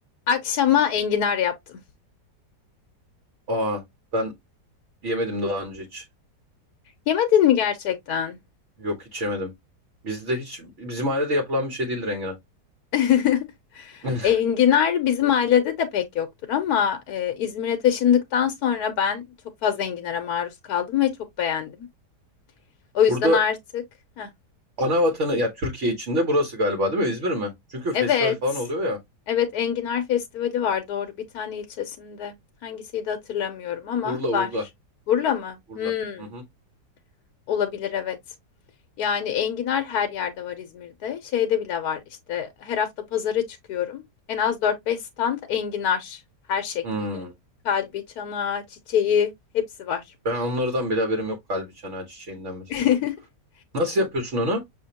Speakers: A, on the left; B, on the right.
A: Akşama enginar yaptım.
B: Aa ben yemedim daha önce hiç.
A: Yemedin mi gerçekten?
B: Yok hiç yemedim. Bizde hiç bizim ailede yapılan bir şey değildir enginar.
A: <laughs>
B: <laughs>
A: Enginar bizim ailede de pek yoktur ama e, İzmir'e taşındıktan sonra ben çok fazla enginara maruz kaldım ve çok beğendim. O yüzden
B: Burada
A: artık Heh.
B: ana vatanı ya Türkiye içinde burası galiba değil mi? İzmir mi? Çünkü festival
A: Evet.
B: falan oluyor ya.
A: Evet Enginar Festivali var doğru bir tane ilçesinde. Hangisiydi hatırlamıyorum ama
B: Urla
A: var.
B: Urla
A: Burla mı?
B: Urla.
A: Hmm,
B: Hı hı.
A: olabilir evet. Yani enginar her yerde var İzmir'de. Şeyde bile var işte her hafta pazara çıkıyorum. En az dört beş stand enginar her şekliyle.
B: Hmm.
A: Kalbi, çanağı, çiçeği hepsi var.
B: Ben onlardan bile haberim yok kalbi çanağı çiçeğinden mesela.
A: <laughs>
B: Nasıl yapıyorsun onu?